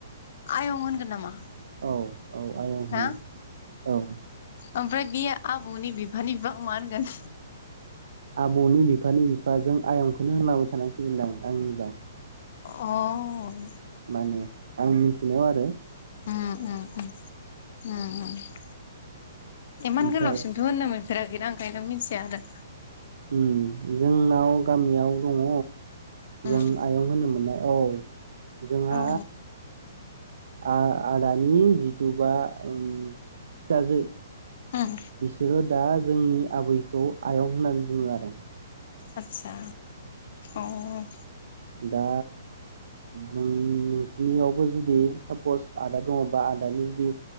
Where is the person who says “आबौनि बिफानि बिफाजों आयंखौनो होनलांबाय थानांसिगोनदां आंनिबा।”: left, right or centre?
Right